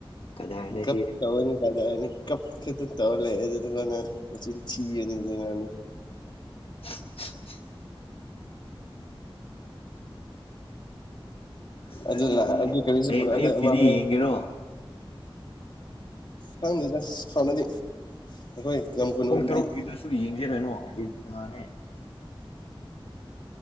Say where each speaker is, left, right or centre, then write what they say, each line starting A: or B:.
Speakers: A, on the left; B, on the left.
A: ꯀꯗꯔꯅꯦ
B: ꯒꯞ
A: ꯁꯤ
B: ꯇꯧꯋꯅꯤ ꯐꯖꯔꯅꯤ ꯀꯞꯈꯦꯗ ꯇꯧ ꯂꯩꯏ ꯑꯗꯨꯗꯨꯅ ꯅꯪ ꯃꯆꯤꯟ ꯊꯤꯕꯅꯦ ꯗꯨꯉꯥꯡꯗꯣ
A: <inaudible> ꯑꯁ
B: ꯑꯗꯨ
A: ꯉꯁꯤꯗꯤ
B: ꯂ ꯑꯗꯨ ꯀꯔꯤꯁꯨ
A: ꯍꯌꯦꯡ
B: ꯄꯨꯔ
A: ꯑꯌꯨꯛꯀꯤꯗꯤ
B: ꯑꯃ ꯍꯣꯔꯦꯟ
A: ꯌꯦꯡꯒꯦꯔꯣ
B: ꯈꯪꯗꯦꯗ ꯀꯥꯎꯅꯗꯤ ꯑꯩꯈꯣꯏ ꯀꯌꯝ ꯀꯨꯏꯅꯅꯣꯗꯨꯗꯤ
A: ꯄꯨꯡ ꯇꯔꯨꯛꯀꯤꯗꯨꯁꯨ <unintelligible>